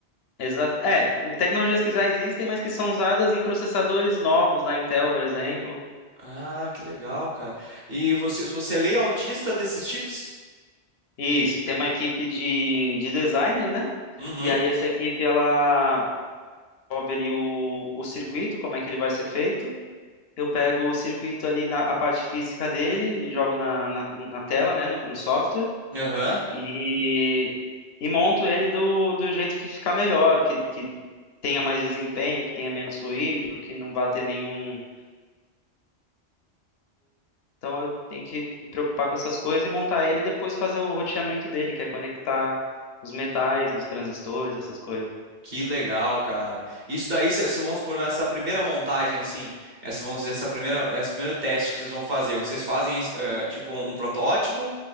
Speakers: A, on the left; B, on the right.
A: Exa é, tecnologias que já existem, mas que são usadas em processadores novos da Intel, por exemplo.
B: Ah, que legal, cara. E você, você é lei autista desses chips?
A: Isso, tem uma equipe de, de designer, né?
B: Uhum.
A: E aí essa equipe, ela desenvolve ali o, o circuito, como é que ele vai ser feito. Eu pego o circuito ali na a parte física dele, jogo na, na, na tela, né, no, no software,
B: Aham.
A: e, e monto ele do, do jeito que ficar melhor, que, que tenha mais desempenho, que tenha menos ruído, que não vá ter nenhum Então eu tenho que me preocupar com essas coisas e montar ele e depois fazer o roteamento dele, que é conectar os metais nos transistores, essas coisas.
B: Que legal, cara. Isso daí, se, se vamos supor, nessa primeira montagem, assim, essa, vamos dizer, essa primeira, esse primeiro teste que vocês vão fazer, vocês fazem, eh, tipo, um protótipo